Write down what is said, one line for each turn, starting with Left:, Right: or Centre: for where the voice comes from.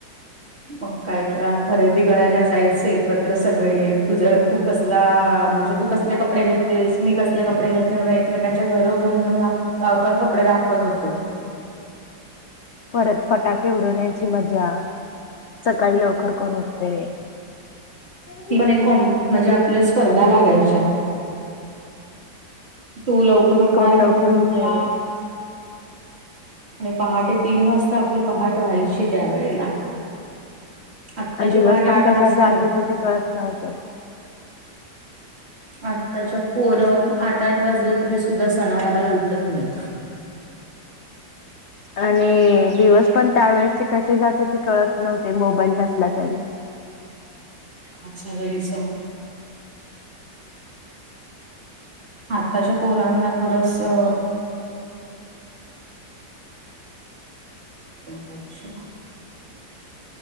Right: मग काय तर? अन् खरेदी करायला जायचं एकत्र सगळे तुझ्या तू कसला म्हणजे, तू कसले कपडे घेतलेस, मी कसले कपडे घेतले? म्हणून एकमेकांच्या घरोघर नेऊन आपण दा आ आपण कपडे दाखवत होतो.
Left: परत फटाके उडवण्याची मज्जा, सकाळी लवकर कोण उठतय?
Right: ती पण एक कॉम म्हणजे आपल्या स्पर्धा लागायच्या तू लवकर उठणार
Left: कोण लवकर
Right: का मी उठणार?
Left: उठेल <inaudible>
Right: आणि पहाटे तीन वाजता आपली पहाट व्हायची त्यावेेळेला आत्ताची
Left: आण दिवस
Right: पहाट
Left: पण
Right: आठ
Left: कसा
Right: वाजता
Left: जात होते ते कळत नव्हते.
Right: आत्ताच्या पोरं आठ, आठ वाजले तरी सुद्धा सणावाराला उठत नाहीत.
Left: <inaudible> आणि दिवस पण त्यावेेळेचे कसे जात होते कळत नव्हते? मोबाईल नसला तरी
Right: अमच्या घरी चल. आत्ताच्या पोरांना थोडस अ त्यांचं आयुष्य